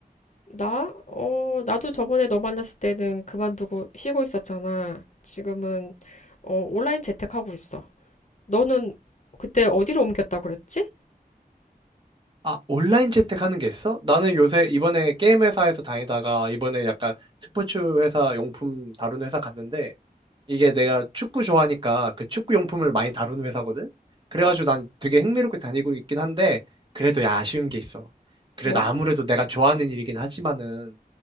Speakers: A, on the left (about 50°); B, on the right (about 30°).
A: 나? 어, 나도 저번에 너 만났을 때는 그만두고 쉬고 있었잖아. 지금은 어, 온라인 재택하고 있어. 너는 그때 어디로 옮겼다고 그랬지?
B: 아, 온라인 재택하는 게 있어? 나는 요새 이번에 게임 회사에서 다니다가 이번에 약간 스포츠 회사 용품 다루는 회사 갔는데 이게 내가 축구 좋아하니까 그 축구 용품을 많이 다루는 회사거든? 그래가지고 난 되게 흥미롭게 다니고 있긴 한데 그래도 야, 아쉬운 게 있어. 그래도
A: 뭐?
B: 아무래도 내가 좋아하는 일이긴 하지만은